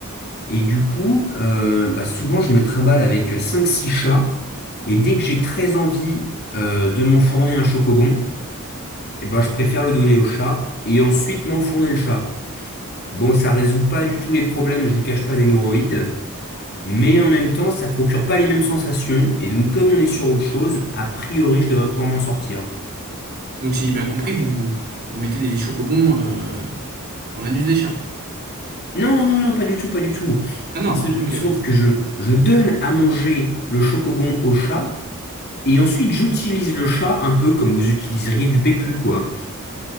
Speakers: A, on the left; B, on the right.
A: Et du coup, euh, bah, souvent, je me trimballe avec euh, cinq, six chats. Et dès que j'ai très envie euh, de m'enfourner un chocobon, eh ben, je préfère le donner au chat et ensuite m'enfourner le chat. Bon, ça résout pas du tout les problèmes, je vous cache pas, d'hémorroïdes. Mais en même temps, ça procure pas les mêmes sensations. Et donc, comme on est sur autre chose, a priori, je devrais pouvoir m'en sortir.
B: Donc si j'ai bien compris, vous vous, vous mettez des chocobons euh, dans l'anus des chats.
A: Non, non, non, pas du tout, pas du tout.
B: Ah non,
A: Il se,
B: ok.
A: il se trouve que je, je donne à manger le chocobon au chat. Et ensuite, j'utilise le chat un peu comme vous utiliseriez du PQ, quoi.